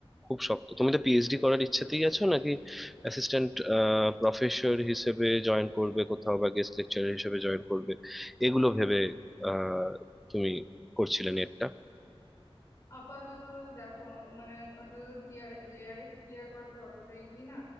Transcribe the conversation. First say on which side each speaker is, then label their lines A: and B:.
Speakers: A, in the centre; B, on the left.
A: খুব শক্ত তুমি তো পিএইচডি করার ইচ্ছেতেই আছো নাকি অ্যাসিস্ট্যান্ট প্রফেসর হিসেবে জয়েন করবে কোথাও বা গেস্ট লেকচারার হিসেবে জয়েন করবে এগুলো ভেবে আহ তুমি করছিলে নেটটা
B: আপাতত দেখো মানে অন্তত জিআর জেআরএস ক্লিয়ার করা তো অতটা ইজি না